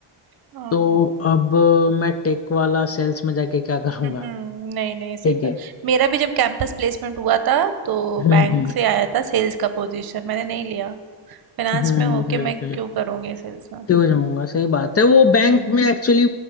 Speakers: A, on the right; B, on the left.
A: अ,
B: तो अब मैं टेक वाला सेल्स में जाके क्या करूंगा
A: हम्म नहीं नहीं सही
B: ठीक
A: बात
B: है
A: मेरा भी जब कैंपस प्लेसमेंट हुआ था तो
B: हम्म
A: बैंक
B: हम्म
A: से आया था सेल्स का पोजीशन मैंने नहीं लिया फाइनेंस
B: हम्म
A: में होके
B: हम्म
A: मैं
B: हम्म
A: क्यों करूँगी सेल्स में
B: क्यों जाऊंगा सही बात है वो बैंक
A: हम्म
B: में
A: हम्म
B: एक्चुअली